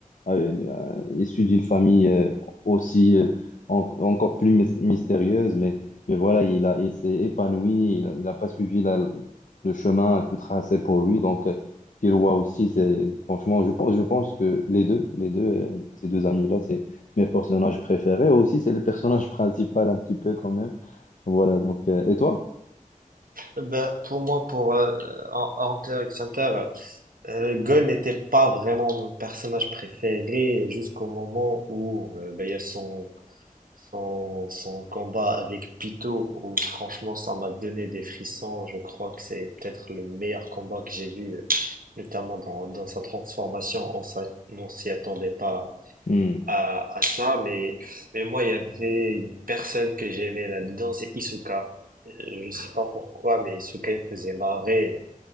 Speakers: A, on the left (about 65°); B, on the right (about 80°).
A: euh, euh, issu d'une famille euh, aussi euh, en- encore plus mys- mystérieuse, mais, mais voilà, il a, il s'est épanoui, il n'a pas suivi la- le chemin tout tracé pour lui, donc euh, Killua aussi, c'est franchement, je pense, je pense que les deux, les deux, euh, ces deux amis-là, c'est mes personnages préférés. Aussi, c'est le personnage principal un petit peu quand même. Voilà, donc, euh, et toi?
B: Bah, pour moi, pour euh, en- Hunter x Hunter, euh, Gon n'était pas vraiment mon personnage préféré jusqu'au moment où euh, bah, il y a son Son, son combat avec Pyto, où franchement ça m'a donné des frissons, je crois que c'est peut-être le meilleur combat que j'ai vu, euh, notamment dans, dans sa transformation. On s'a- on s'y attendait pas
A: Hmm.
B: à, à ça, mais, mais moi il y avait une personne que j'aimais là-dedans, c'est Isuka. Euh, Je sais pas pourquoi, mais Isuka il me faisait marrer, euh,